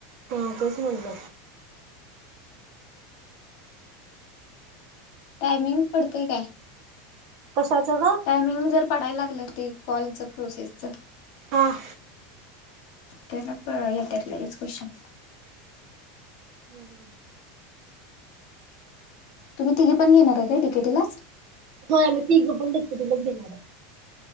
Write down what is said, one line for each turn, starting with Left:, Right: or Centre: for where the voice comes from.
Right: हा तेच म्हणलं
Left: टायमिंग पडतेय काय
Right: कशाचं ग?
Left: टायमिंग जर पडायला लागलं ते कॉलच प्रोसेसच
Right: हां.
Left: त्यानंतर येतात लगेच क्वेश्चन.
Right: होम!
Left: तुम्ही तिघी पण घेणार आहे काय डि के टी ला?
Right: हो आम्ही तिघं पण डी के टि लाच घेणार आहे.